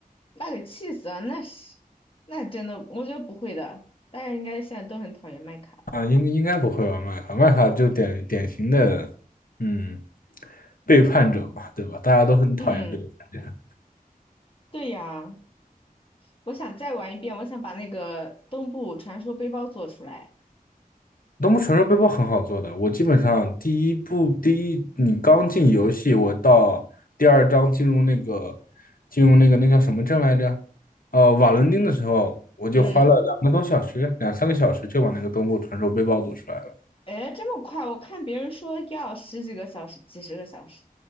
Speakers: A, on the left (about 35°); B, on the left (about 65°).
A: 那得气死啊！那是那真的，我觉得不会的，大家应该现在都很讨厌麦卡。
B: 啊，应应该不会玩麦卡，麦卡就典典型的嗯背叛者嘛，对吧？大家都很讨厌背叛者。
A: 嗯，对呀。我想再玩一遍，我想把那个东部传说背包做出来。
B: 东部传说背包很好做的，我基本上第一步，第一你刚进游戏，我到第二章进入那个进入那个那叫什么镇来着？呃，瓦伦丁的时候，我就花了两个多小时，
A: 嗯，
B: 两三个小时就把那个东部传说背包做出来了。
A: 哎，这么快？我看别人说要十几个小时、几十个小时。